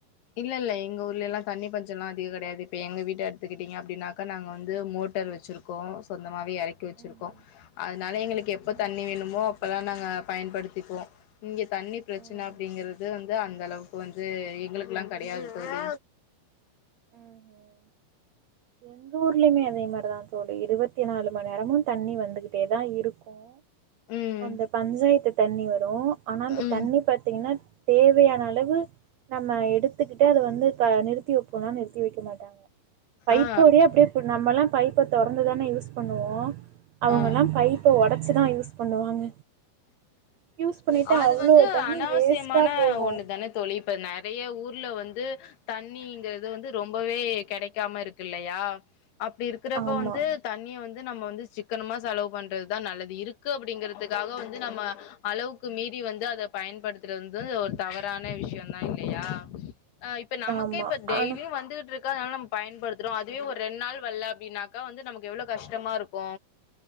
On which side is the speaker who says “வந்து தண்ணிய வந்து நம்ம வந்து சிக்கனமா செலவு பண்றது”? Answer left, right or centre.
Left